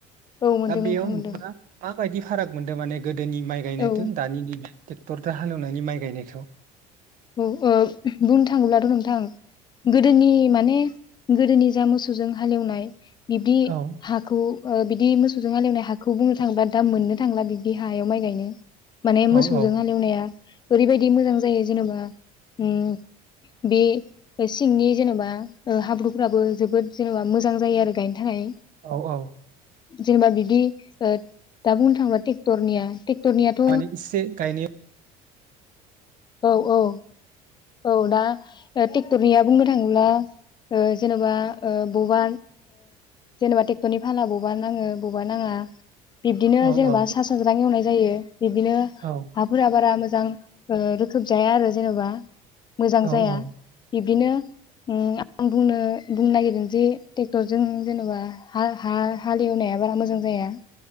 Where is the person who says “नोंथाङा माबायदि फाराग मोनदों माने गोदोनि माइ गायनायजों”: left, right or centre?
Right